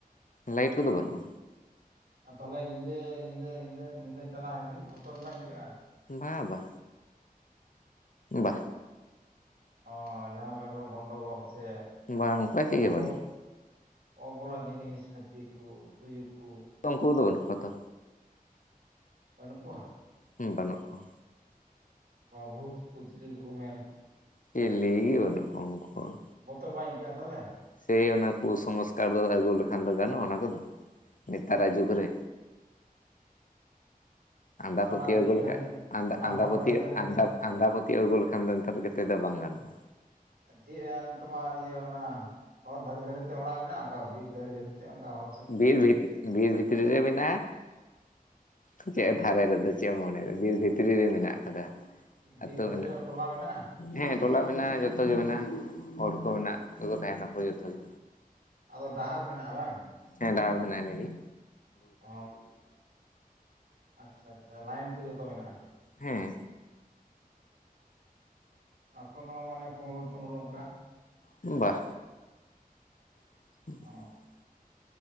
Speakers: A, on the left; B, on the right.
A: ᱞᱟᱭᱤᱴ ᱠᱚᱫᱚ ᱵᱟᱹᱱᱩᱜᱼᱟ᱾
B: ᱛᱟᱦᱚᱞᱮ ᱧᱤᱫᱟᱹ ᱧᱤᱫᱟᱹ ᱧᱤᱫᱟᱹ ᱧᱤᱫᱟᱹ ᱪᱟᱞᱟᱜ ᱦᱤᱡᱩᱜ ᱵᱚᱛᱚᱨ ᱵᱟᱝ ᱟᱹᱭᱠᱟᱹᱜᱼᱟ?
A: ᱵᱟ ᱵᱟ ᱵᱟᱼᱼ
B: ᱚ ᱡᱟᱦᱟᱸ ᱞᱮᱠᱟ ᱠᱚᱨᱮ ᱜᱚᱱᱰᱚᱜᱳᱞ ᱥᱮ
A: ᱵᱟᱝ ᱚᱱᱠᱟ
B: ᱱᱩᱠᱩ
A: ᱪᱮᱫ ᱜᱮ ᱵᱟᱹᱱᱩᱜ
B: ᱚᱼᱼ ᱚᱵᱚᱞᱟ ᱡᱤᱱᱤᱥ ᱦᱟᱹᱛᱤ ᱠᱩ ᱛᱩ. ᱭᱩ ᱠᱩᱼᱼ
A: ᱛᱚ ᱩᱱᱠᱩ ᱠᱚᱫᱚ ᱵᱟᱹᱱᱩᱜ ᱠᱚᱣᱟ ᱛᱚ᱾
B: ᱵᱟᱹᱱᱩᱜ ᱠᱚᱣᱟ?
A: ᱦᱩᱸ ᱵᱟᱹᱱᱩᱜ ᱠᱚᱣᱟ᱾
B: ᱵᱟ ᱵᱷᱩᱛ ᱠᱩ ᱪᱤᱞᱤ ᱠᱩ ᱢᱮᱱᱼᱼ
A: ᱪᱤᱞᱤ ᱜᱤ ᱵᱟᱹᱱᱩᱜ ᱠᱚᱣᱟ ᱩᱱᱠᱩ ᱦᱚᱸᱼᱼ
B: ᱵᱚᱛᱚᱨ ᱵᱟᱝ ᱟ. ᱭᱠᱟ. ᱭ ᱚᱜ ᱛᱟᱦᱚᱞᱮᱼᱼ
A: ᱥᱮ ᱚᱱᱟ ᱠᱚ ᱥᱚᱝᱚᱥᱠᱟᱨ ᱫᱚ ᱟᱹᱜᱩ ᱞᱮᱠᱷᱟᱱ ᱫᱚ ᱜᱟᱱᱚᱜᱼᱟ ᱚᱱᱟ ᱠᱚᱫᱚ ᱱᱮᱛᱟᱨ ᱟᱜ ᱡᱩᱠ ᱨᱮ᱾ ᱟᱫᱷᱟ
B: ᱚᱱᱟ
A: ᱯᱟᱹᱛᱤᱭᱟᱣ
B: ᱵᱤᱨ
A: ᱟᱜᱩ ᱞᱮᱠᱷᱟ.
B: ᱫᱷᱟᱨᱮ
A: ᱡᱽ
B: ᱫᱷᱟᱨᱮ
A: ᱟᱫᱷᱟ
B: ᱚᱱᱟ
A: ᱟᱫᱷᱟ
B: ᱦᱚᱨ
A: ᱯᱟᱹᱛᱤᱭᱟᱣ
B: ᱫᱷᱟᱨᱮ ᱫᱷᱟᱨᱮ
A: ᱟᱫᱷᱟ
B: ᱛᱮ
A: ᱯᱟᱹᱛᱤᱭᱟᱣᱼᱼ ᱟᱸᱫᱷᱟ ᱯᱟᱹᱛᱤᱭᱟᱣ ᱞᱮᱠᱷᱟᱱ ᱱᱮᱛᱟᱨ ᱠᱮᱛᱮ ᱫᱚ ᱵᱟᱝ ᱜᱟᱱᱚᱜᱼᱟ᱾
B: ᱡᱮᱫ ᱮᱱ ᱛᱳᱢᱟᱨ ᱤᱭᱟᱹ ᱚᱱᱟ ᱦᱚᱨ ᱫᱷᱟᱨᱮ ᱫᱷᱟᱨᱮ ᱛᱮ ᱚᱲᱟᱜ ᱢᱮᱱᱟᱜᱼᱟ ᱚᱱᱠᱟ ᱵᱤᱨ ᱫᱷᱟᱨᱮ ᱫᱷᱟᱨᱮ ᱛᱮ ᱚᱱᱠᱟ ᱦᱚᱨᱼᱼ
A: ᱵᱤᱨ ᱵᱷᱤᱛᱨᱤ ᱵᱤᱨ ᱵᱷᱤᱛᱨᱤ ᱨᱮ ᱢᱮᱱᱟᱜᱼᱟ᱾ ᱪᱮᱫ ᱫᱷᱟᱨᱮ ᱨᱮᱫᱚ ᱪᱮᱫ ᱮᱢ ᱢᱚᱱᱮᱭ ᱫᱟᱜ ᱵᱤᱨ ᱵᱷᱤᱛᱨᱤ ᱨᱮ ᱢᱮᱱᱟᱜ ᱟᱠᱟᱫᱟ᱾ ᱟᱹᱛᱩ
B: ᱵᱤᱨ ᱵᱷᱛᱨᱤ
A: ᱢᱮᱱᱟᱜᱼᱟ
B: ᱨᱮᱦᱚ ᱴᱚᱞᱟ ᱢᱮᱱᱟᱜᱼᱟ᱾
A: ᱦᱮᱸ ᱴᱚᱞᱟ ᱢᱮᱱᱟᱜᱼᱟ ᱡᱚᱛᱚ ᱜᱮ ᱢᱮᱱᱟᱜᱼᱟ ᱦᱚᱲ ᱠᱚ ᱢᱮᱱᱟᱜ-ᱟ ᱛᱚ ᱛᱟᱦᱮᱱᱟᱠᱚ ᱡᱚᱛᱚ ᱜᱮ᱾
B: ᱟᱫᱚ ᱰᱟᱦᱟᱨ ᱢᱮᱱᱟᱜᱼᱟ ᱵᱟᱝ?
A: ᱦᱮᱸᱰᱟᱦᱟᱨ ᱢᱮᱱᱟᱜ ᱟ ᱤᱱᱟ ᱜᱤ᱾
B: ᱚ ᱟᱪᱪᱷᱟ ᱟᱪᱪᱷᱟ ᱞᱟᱭᱤᱱ ᱠᱚ ᱡᱚᱛᱚ ᱢᱮᱱᱟᱜᱼᱟ?
A: ᱦᱮᱸ᱾
B: ᱚ ᱠᱳᱱᱳ ᱢᱟᱱᱮ ᱠᱩᱸᱢᱲᱩ ᱴᱩᱢᱲᱩ ᱚᱱᱠᱟᱼᱼ
A: ᱵᱟᱦᱸᱼᱼ <inaudible>
B: ᱚ